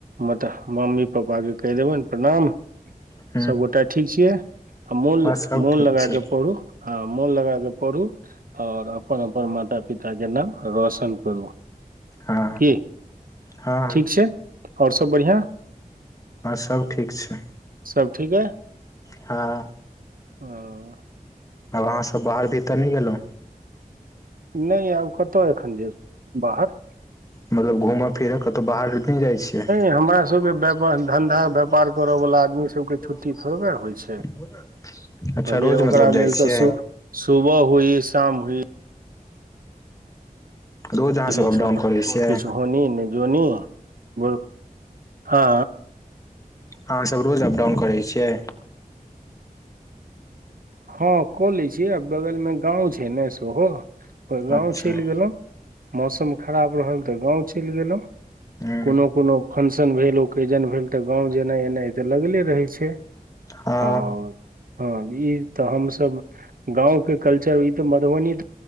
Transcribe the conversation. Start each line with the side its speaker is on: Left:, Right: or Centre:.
Right: मत मम्मी-पापा के कहि देबनि प्रणाम।
Left: ह
Right: सबगोटा ठीक छियै आ मोन
Left: सब
Right: मोन
Left: ठीक
Right: लगा
Left: छै
Right: क पढु। आ मोन लगा कऽ पढू और अपन -अपन माता- पिताके नाम रौशन करू।
Left: हँ
Right: की
Left: हँ
Right: ठीक छै और सब बढ़िआ।
Left: आर सब ठीक छै।
Right: सब ठीक है।
Left: हाँ।
Right: हँ,
Left: आब अहाँसब बाहर भीतर नै गेलहुँ।
Right: नै आब कत एखन जेब बाहर।
Left: मतलब घूम। फिर कतहु बाहर नै जाइ छियै नहि
Right: हमरा सबके
Left: हमर
Right: व्यापार
Left: सबके
Right: धन्धा
Left: काम धंधा।
Right: व्यापार करऽ वाला आदमी सबके
Left: <unintelligible>
Right: छुट्टी थोड़बे होइ छै
Left: अच्छा
Right: कहलियै
Left: रोज
Right: ओकरा
Left: मतलब
Right: लेल
Left: जाइ छियै।
Right: तऽ सु सुबह हुइ है शाम हुइ।
Left: रोज अहाँ
Right: <inaudible>
Left: सब अपडाउन करै छियै
Right: किछ होनी नै जोनी बोल हँ।
Left: अहाँ सब रोज अप डाउन करै छियै।
Right: हँ कऽ लै छियै आ बगलमे गाँव छै ने सेहो गाँव
Left: अच्छा
Right: चलि गेलहुँ। मौसम खराब रहल तऽ गाँव चलि गेलहुँ।
Left: हूँ
Right: कोनो-कोनो फंशन भेल, ओकेजन भेल तऽ गाँव जेनाइ-एनाइ तऽ लगले रहै छै।
Left: हँ।
Right: आओर हँ, ई तऽ हम सब गाँव के कल्चर ई तऽ मधुबनी त